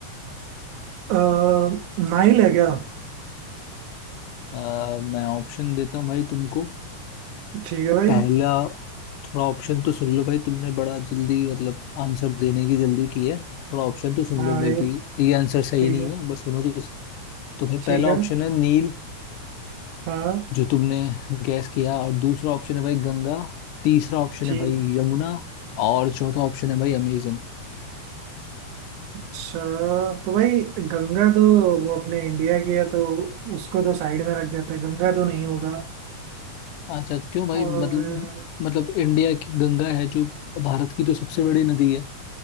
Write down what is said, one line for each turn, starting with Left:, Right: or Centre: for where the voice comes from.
Right: अह नाइल है क्या
Left: आ, मैं ऑप्शन देता हूँ भाई तुमको
Right: ठीक है भाई
Left: पहला थोड़ा ऑप्शन तो सुन लो भाई तुमने बड़ा जल्दी मतलब आंसर देने की जल्दी की है थोड़ा ऑप्शन तो सुन
Right: हाँ
Left: लो
Right: भाई
Left: मे बी ये आंसर सही
Right: ठीक
Left: नहीं
Right: है
Left: हो बस सुनो तो तुम्हें पहला
Right: ठीक है
Left: ऑप्शन है नील
Right: हाँ
Left: जो तुमने गैस किया और दूसरा ऑप्शन है भाई गंगा तीसरा ऑप्शन
Right: ठीक
Left: है भाई यमुना और चौथा ऑप्शन है भाई अमेजन
Right: अच्छा तो भाई गंगा तो वो अपने इंडिया की है तो उसको तो साइड में रख देते हैं गंगा तो नहीं होगा
Left: अच्छा क्यों भाई
Right: और
Left: मतलब मतलब इंडिया की गंगा है जो भारत की तो सबसे बड़ी नदी है